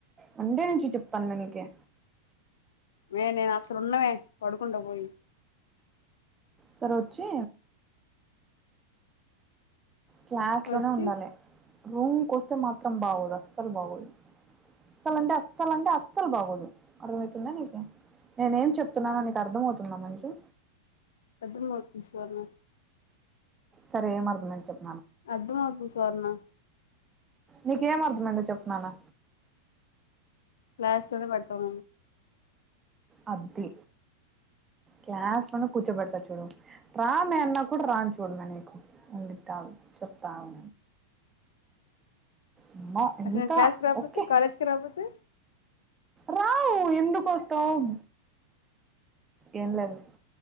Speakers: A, on the right (about 15°); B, on the left (about 60°).
A: మండే నుంచి చెప్తాను మీకే
B: మే నేను అసలున్నవే పడుకుడా పోయి
A: సరే వచ్చి క్లాస్ లోనే
B: వచ్చి
A: ఉండాలి రూమ్కి వస్తే మాత్రం బాగోదు అస్సలు బాగోదు అస్సలు అంటే అస్సలు అంటే అస్సలు బాగోదు అర్థమవుతుందా నీకు నేనే ఏం చెప్తున్నాను నీకు అర్థం అవుతుందా మా నీకు
B: పెద్దలు ర్పంచివళ
A: సరే ఏం అర్థమైందో చెప్ప
B: అర్థమవుతుంది స్వర్ణ
A: నీకు ఏ అర్దం అయిందో చెప్పనానా
B: క్లాస్ లోనే పడతామ
A: ఆది క్యాస్ట్ మన కూర్చోబెడతా చూడు రామే అన్నా కూడా రాను చూడమ నీకు ఉంటావు చెప్తావు అమ్మో ఎంత
B: అసలు క్లాస్కి రాపోతే
A: ఓకే
B: కాలేజ్ కి రాకపోతే
A: రావు ఎందుకోస్తం ఏం లేదు